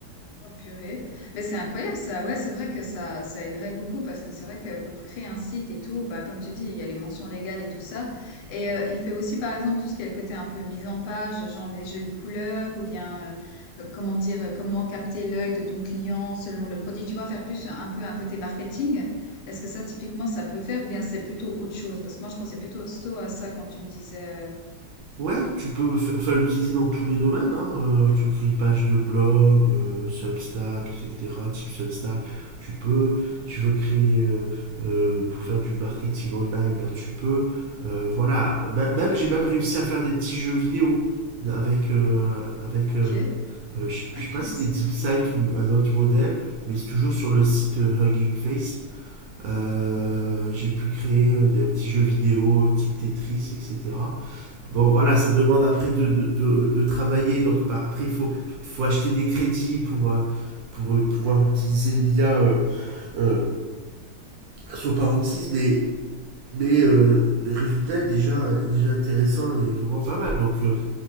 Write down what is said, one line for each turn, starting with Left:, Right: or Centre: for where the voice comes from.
Left: Oh purée. Mais c'est incroyable ça. Ouais, c'est vrai que ça, ça aiderait beaucoup parce que c'est vrai que pour créer un site et tout, bah comme tu dis, il y a les mentions légales et tout ça. Et euh, il fait aussi par exemple tout ce qui est le côté un peu mise en page, genre les jolies couleurs ou bien euh, euh, comment dire, euh, comment capter l'œil de ton client selon le produit. Tu vois, faire plus un, un peu un côté marketing. Est-ce que ça typiquement ça peut faire ou bien c'est plutôt autre chose? Parce que moi je pensais plutôt sto à ça quand tu me disais. euh,
Right: Ouais, tu peux fa- enfin, l'utiliser dans tous les domaines. Hein. euh, tu crées une page de blog, euh, Substack, etc. Type Substack. Tu peux. Tu veux créer euh, euh, pour faire du marketing online, ben, tu peux. Euh, voilà. Ma- Même j'ai même réussi à faire des petits jeux vidéo avec euh, avec.
Left: OK.
Right: euh, euh, je
Left: Ah
Right: je
Left: purée,
Right: sais pas si c'était
Left: c'est
Right: DeepSight
Left: fou.
Right: ou un autre modèle, mais c'est toujours sur le site euh, Hugging Face. Euh, j'ai pu créer euh, des petits jeux vidéo type Tetris, etc. Bon, voilà, ça demande après de, de, de, de travailler. Donc, par- après, il faut, il faut acheter des crédits pour, euh, pour euh, pouvoir utiliser l'IA euh, euh, à son paroxysme. Mais, mais euh, le résultat est déjà, déjà intéressant et vraiment pas mal. Donc, euh,